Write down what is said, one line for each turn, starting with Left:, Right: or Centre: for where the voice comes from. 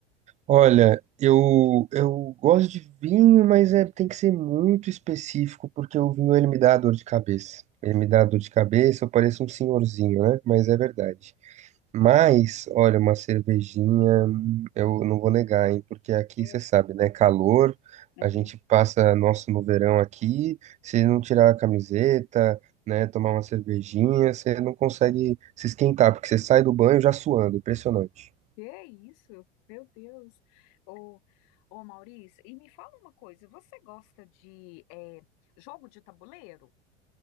Right: olha, eu, eu gosto de vinho, mas é, tem que ser muito específico, porque o vinho ele me dá dor de cabeça. Ele
Left: né?
Right: me dá dor de cabeça, eu pareço um senhorzinho, né? Mas é verdade. Mas, olha, uma cervejinha, hum,
Left: Hum,
Right: eu não vou negar, hein? Porque aqui
Left: É,
Right: você sabe, né? Calor,
Left: uhum.
Right: a gente passa nosso no verão aqui, se não tirar a camiseta, né? Tomar uma cervejinha, você não consegue se esquentar, porque você sai do banho já suando, impressionante.
Left: Que é isso? Meu Deus. Ô, ô Maurício, e me fala uma coisa, você gosta de é, jogo de tabuleiro?